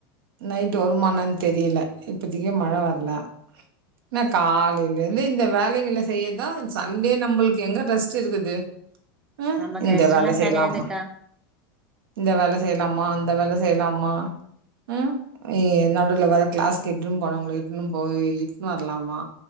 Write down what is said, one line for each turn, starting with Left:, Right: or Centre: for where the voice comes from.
Right: நைட் வருமாஎன்னானு தெரியில இப்பதைக்கு மழ வர்ல நா காலேயிலேயிருந்து இந்த வேலைகள செய்யதான் சண்டே நம்மளுக்கு எங்க ரெஸ்ட் இருக்குது அஹ்
Centre: நமக்கு
Right: இந்த
Centre: ரெஸ்ட்
Right: வேல
Centre: எல்லா
Right: செய்லாம
Centre: கெடையாதுக்கா
Right: இந்த வேல செய்லாமா அந் அத வேல செய்யலாமா உம் நடுல வேற கிளாஸ்க்கு இட்டுன்டுபோனாவங்கால இட்டுன்டு போய் இக்குனு வரலாமா